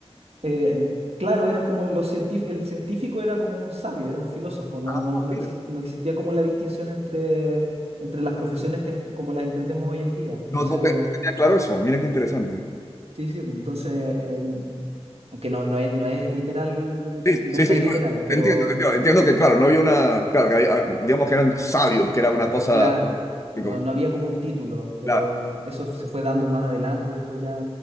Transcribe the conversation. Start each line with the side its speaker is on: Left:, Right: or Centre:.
Right: eh, claro, eran como los científ- el científico era como un sabio, era un filósofo, no,
Left: Ah,
Right: no, no
Left: mira.
Right: exis- no existía como la distinción entre, entre las profesiones que ent- como las entendemos hoy en día. Entonces,
Left: No, no, te- no tenía claro eso. Mira qué interesante.
Right: sí, sí, pues, entonces, el- aunque no, no es, no es literal, lo que,
Left: Sí,
Right: no
Left: sí,
Right: es tan
Left: sí, no,
Right: literal,
Left: te
Right: pero
Left: entiendo, te entiendo. Entiendo que, claro, no había una, claro, que hay- ah, digamos que eran sabios, que era una cosa,
Right: claro,
Left: que
Right: no,
Left: como-
Right: no había como un título, pero
Left: claro,
Right: eso se fue dando más adelante, después ya.